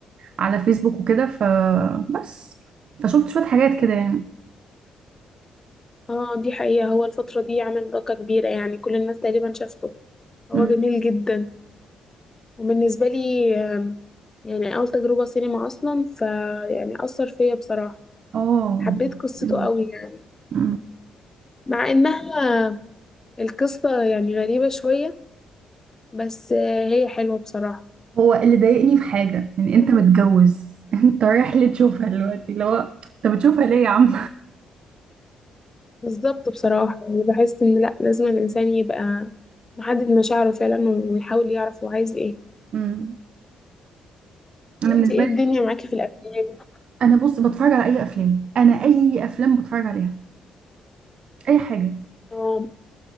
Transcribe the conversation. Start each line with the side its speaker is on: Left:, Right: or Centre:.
Right: على فيسبوك وكده فبس فشفت شوية حاجات كده يعني
Left: اه دي حقيقة هو الفترة دي عمل ضجة كبيرة يعني كل الناس تقريبا شافته هو
Right: أمم.
Left: جميل جدا وبالنسبة لي آم، يعني أول تجربة سينما أصلا فيعني أثر فيا بصراحة
Right: اه
Left: حبيت قصته
Right: أمم.
Left: قوي يعني
Right: أمم.
Left: مع إنها القصة يعني غريبة شوية بس آه، هي حلوة بصراحة
Right: هو اللي ضايقني في حاجة ان انت
Left: وانت-
Right: متجوز <laughs> انت رايح ليه تشوفها دلوقتي اللي هو انت بتشوفها ليه يا عم؟
Left: بالظبط بصراحة يعني بحس ان لا لازم الانسان يبقى محدد مشاعره فعلا ويحاول يعرف هو عايز ايه
Right: أمم. انا
Left: وانت
Right: بالنسبة
Left: ايه
Right: لي
Left: الدنيا معاكي في الافلام
Right: انا بص بتفرج على اي افلام انا اي افلام بتفرج عليها اي حاجه
Left: اه